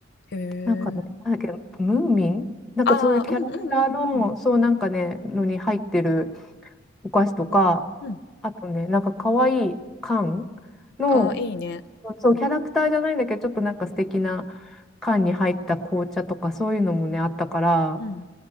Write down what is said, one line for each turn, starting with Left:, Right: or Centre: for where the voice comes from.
Left: へえ。
Centre: なんかね、なんだっけ、ムーミンなんかそういうキャラクターの、
Left: ああ、うんうんうんうん
Centre: そうなんかね、のに入ってるお菓子とか、
Left: うん。
Centre: あとね、なんか可愛いい缶の、
Left: ああ、いいね。
Centre: そう、
Left: うん
Centre: キャラクターじゃないんだけど、ちょっとなんか素敵な缶に入った紅茶とか、そういうのもね、
Left: うん
Centre: あったから、
Left: うん。